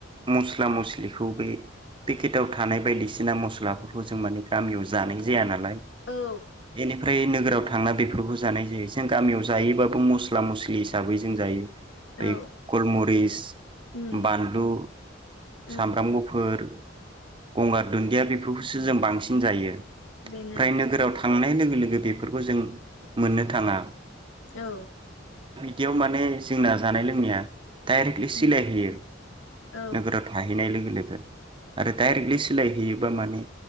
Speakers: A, on the right (about 25°); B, on the left (about 90°).
A: मस्ला मस्लिखौ बे पेकेटाव थानाय बायदिसिना मस्लाफोरखौ जों माने गामियाव जानाय जाया नालाय
B: औ
A: बेनिफ्राय नोगोराव था थांना बेफोरखौ जानाय जायो जों गामियाव जायोबाबो मस्ला मस्लि हिसाबै जों जायो बे
B: औ
A: गलमरिस
B: उम
A: बानलु
B: औ
A: सामब्राम गुफुर गंगार दुन्दिया बेफोरखौसो जों बांसिन सिन जायो। फ्राय
B: बेनो
A: नोगोराव थांनाय लोगो लोगो बेफोरखौ जों मोननो थाङा।
B: औ।
A: दियाव माने जोंना जानाय लोंनाया डाइरेक्टलि सिलाय
B: उम
A: होयो
B: औ
A: नोगोराव थाहैनाय लोगो लोगो आरो डायरेक्टलि सोलायहैयोबा माने